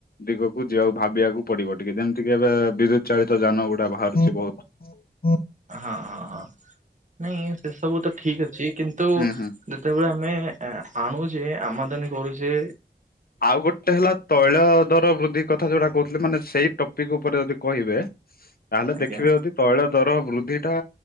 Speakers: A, on the left; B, on the right.
A: ଦିଗକୁ ଯିବାକୁ ଭାବିବାକୁ ପଡିବ ଟିକେ ଯେମିତିକି ଏବେ ବିଦ୍ୟୁତ୍ ଚାଳିତ ଯାନ ଗୁଡା ବାହାରୁଚି ବହୁତ୍।
B: ହଁଁ ନାଇଁ ସେ ସବୁ ତ ଠିକ୍ ଅଛି କିନ୍ତୁ ଯେତେବେଳେ
A: ହୁଁ ହୁଁ।
B: ଆମେ ଏ ଆଣୁଚେ ଆମଦାନୀ କରୁଚେ
A: ଆଉ ଗୋଟେ ହେଲା ତୈଳ ଦର ବୃଦ୍ଧି କଥା ଯୋଉଟା କହୁଥିଲେ ମାନେ ସେଇ ଟପିକ୍ ଉପରେ ଯଦି କହିବେ ତାହେଲେ
B: ଆଜ୍ଞା
A: ଦେଖିବେ ଯଦି ତୈଳ ଦର ବୃଦ୍ଧି ଟା